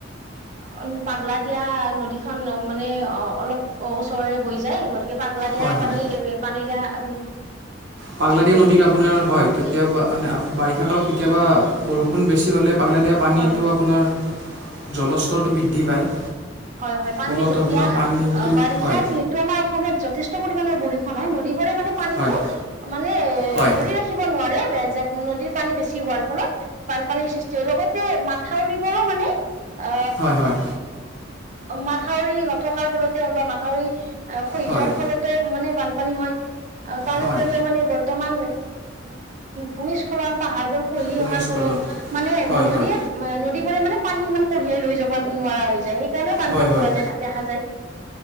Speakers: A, on the right; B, on the right.
A: উম পাগলা দিয়া নদীখন মানে অ অলপ অ ওচৰৰেৰে বৈ যায় গতিকে পাগলা দিয়া
B: হয় হয়
A: পানী এ পানী দিয়া উম
B: পাগলাদিয়া নদীত আপোনাৰ হয় কেতিয়াবা বাৰিষা কালত কেতিয়াবা বৰষুণ বেছি হ'লে পাগলা দিয়া পানীটো
A: হয় হয়
B: আপোনাৰ জলস্তৰটো বৃদ্ধি পায়
A: হয় হয়
B: ফলত
A: পানী যেতিয়া
B: আপোনাৰ
A: অ
B: পানীটো
A: বাৰিষা
B: হয়
A: যিহেতু আমাৰ অসমত যথেষ্ট পৰিমানৰ বৰষুণ হয় নদী মানে পানীটো
B: হয়
A: মানে
B: হয়
A: ধৰি ৰাখিব নোৱাৰে যে নদীৰ পানী বেছি হোৱাৰ ফলত বানপানীৰ সৃষ্টি হয় লগতে মাথাউৰিবোৰো মানে অ
B: হয় হয়
A: মাথাউৰি নথকাৰ ফলতে হওক বা মাথাউৰি খহি
B: হয়
A: যোৱাৰ ফলতে মানে বান পানী হয় তাৰ
B: হয়
A: উপৰিও মানে বৰ্তমান ভূমিস্খলন পাহাৰবোৰ খহি
B: ভূমিস্খলন
A: অহাৰ ফলত মানে
B: হয়
A: নদীয়ে
B: হয়
A: নদীবোৰে মানে পানী ইমান কঢ়িয়াই লৈ যাব নোৱাৰা হৈ যায় সেইকাৰণে বানপানী
B: হয় হয়
A: হোৱা দে দেখা যায়